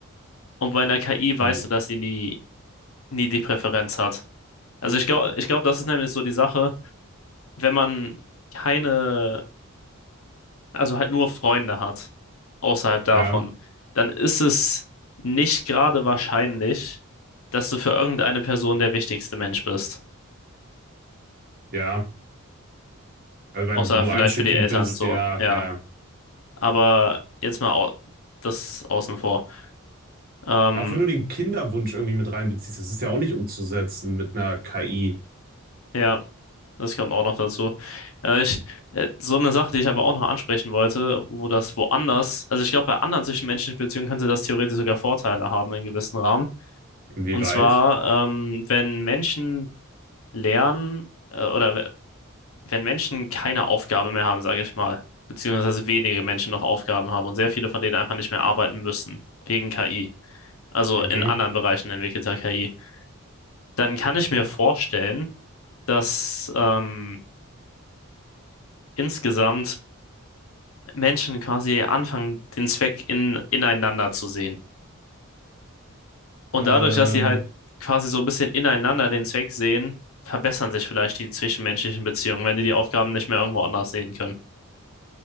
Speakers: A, on the left; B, on the right.
A: Und bei einer KI weißt
B: hm.
A: du, dass sie nie, nie die Präferenz hat. Also ich glaube, ich glaube, das ist nämlich so die Sache, wenn man keine also halt nur Freunde hat, außerhalb davon,
B: Ja,
A: dann ist es nicht gerade wahrscheinlich, dass du für irgendeine Person der wichtigste Mensch bist.
B: ja. Also wenn
A: Außer
B: du
A: vielleicht
B: Einzelkind
A: für die Eltern,
B: bist,
A: so,
B: ja,
A: ja.
B: ja.
A: Aber jetzt mal au das außen vor. Ähm,
B: Auch wenn du den Kinderwunsch irgendwie mit reinbeziehst, das ist ja auch nicht umzusetzen mit einer KI.
A: ja, das kommt auch noch dazu. Äh, ich, äh, so eine Sache, die ich aber auch noch ansprechen wollte, wo das woanders, also ich glaube, bei anderen zwischenmenschlichen Beziehungen könnte das theoretisch sogar Vorteile haben in gewissen Rahmen.
B: Inwieweit?
A: Und zwar, ähm, wenn Menschen Lernen äh, oder we- wenn Menschen keine Aufgabe mehr haben, sage ich mal, beziehungsweise wenige Menschen noch Aufgaben haben und sehr viele von denen einfach nicht mehr arbeiten müssen, wegen KI, also
B: Okay.
A: in anderen Bereichen entwickelter KI, dann kann ich mir vorstellen, dass ähm, insgesamt Menschen quasi anfangen, den Zweck in, ineinander zu sehen. Und
B: Ähm,
A: dadurch, dass sie halt quasi so ein bisschen ineinander den Zweck sehen, verbessern sich vielleicht die zwischenmenschlichen Beziehungen, wenn die die Aufgaben nicht mehr irgendwo anders sehen können.